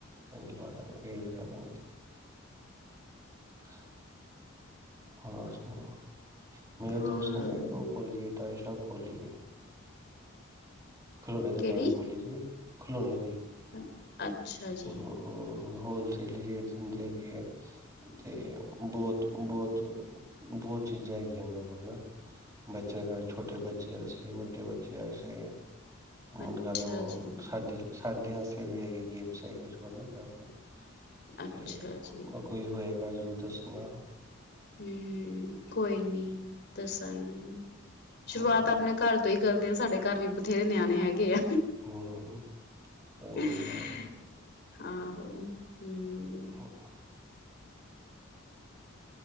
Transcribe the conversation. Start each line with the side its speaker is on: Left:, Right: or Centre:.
Right: ਲਵਾ ਦਾਂਗੇ। <unintelligible> <unintelligible> ਹੋਰ ਸੁਣਾਓ, ਮੇਰੇ
Left: ਹਾਂ
Right: ਦੋਸਤ ਨੇ ਇੱਕ ਉਹ ਖੋਲੀ ਏ ਟੋਏ ਸ਼ੋਪ ਖੋਲੀ ਏ। ਖਲੋਨੇ ਦੁਕਾਨ
Left: ਕਿਹੜੀ
Right: ਖੋਲੀ ਦੀ ਏ। ਖਿਲੋਨੇ ਦੀ।
Left: <unintelligible> ਅੱਛਾ ਜੀ।
Right: ਹੂੰ ਹੂੰ ਹੋਲਸੇਲ ਹੀ ਰੇਟ ਦਿੰਦੇ ਹੈਗੇ ਐ ਤੇ ਬੋਤ, ਬੋਤ, ਬੋਤ ਚੀਜ਼ਾਂ ਹੈਗੀਆਂ ਉਹਨਾਂ ਕੋਲ ਨਾ, ਬੱਚਿਆਂ ਨਾਲ ਛੋਟੇ ਬੱਚੇ ਵਾਸਤੇ ਵੱਡੇ ਬੱਚੇ ਵਾਸਤੇ।
Left: ਅੱਛਾ
Right: ਲੱਗਾ ਲੋ
Left: ਜੀ
Right: ਸਾਡੇ, ਸਾ ਡਆਂ ਵਾਸਤੇ ਵੀ ਹੈਗੀ <unintelligible> ਸਹੀ ਉਸ ਤੋ ਬਾਅਦ ਨਾ ਕਾਫ਼ੀ
Left: ਅੱਛਾ
Right: ਤੇ
Left: ਜੀ
Right: ਉਹ ਕੋਈ ਹੋਏਗਾ <unintelligible> ਤੁਸ ਸੁਨਾਓ।
Left: ਹੂੰ-ਹੂੰ, ਕੋਈ ਨੀ ਦੱਸ ਦਸਾਂਗੀ। ਸ਼ੁਰੂਆਤ
Right: ਹੂੰ
Left: ਆਪਨੇ ਘਰ ਤੋਂ ਹੀ ਕਰ ਸਾਡੇ ਘਰ ਵੀ ਬਥੇਰੇ ਨਿਆਨੇ ਹੈਗੇ ਆ।
Right: ਹੂੰ ਕੋਈ
Left: ਆ
Right: ਨੀ ਲੈਨ
Left: ਆਹੋ
Right: <unintelligible> <unintelligible>
Left: ਹੂੰ